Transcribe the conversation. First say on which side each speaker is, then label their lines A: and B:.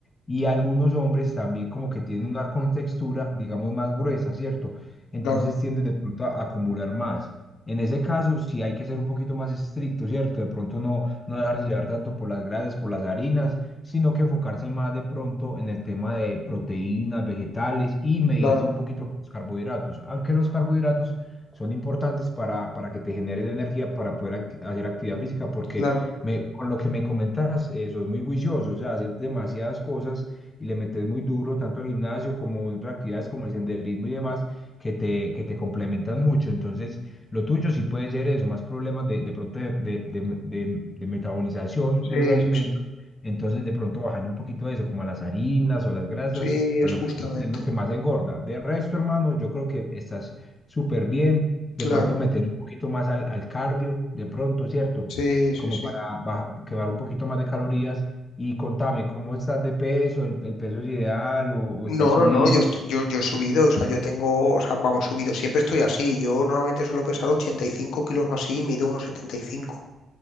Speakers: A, on the left; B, on the left.
A: Y algunos hombres también como que tienen una contextura, digamos, más gruesa, ¿cierto? Entonces
B: Claro,
A: tienden de pronto a acumular más. En ese caso, sí hay que ser un poquito más estricto, ¿cierto? De pronto no, no dejarse llevar tanto por las grasas, por las harinas, sino que enfocarse más de pronto en el tema de proteínas, vegetales y medirse
B: claro,
A: un poquito con los carbohidratos. Aunque los carbohidratos son importantes para, para que te generen energía para poder act- hacer actividad física, porque
B: claro.
A: me, con lo que me comentas, eh, sos muy juicioso, o sea, haces demasiadas cosas y le metes muy duro tanto al gimnasio como en otras actividades como el senderismo y demás, que te, que te complementan mucho. Entonces, lo tuyo sí puede ser eso, más problemas de, de pronto de, de, de- de- de metabolización
B: Sí,
A: de los alimentos.
B: sí, sí.
A: Entonces, de pronto bajarle un poquito a eso, como a las harinas o las grasas,
B: Sí,
A: a
B: es
A: los
B: justamente.
A: fritos, que es lo que más engorda. De resto, hermano, yo creo que estás súper bien. De
B: Claro.
A: pronto meterle un poquito más al, al cardio, de pronto, ¿cierto?
B: Sí, sí,
A: Como
B: sí.
A: para ba- quemar un poquito más de calorías. Y contame, ¿cómo estás de peso? ¿El, el peso es ideal o, o está
B: No,
A: subido?
B: no, no, yo, esto- yo, yo he subido, o sea, yo tengo, o sea, vamos, subido, siempre estoy así. Yo normalmente suelo pesar 85 kilos o así, mido unos cinco.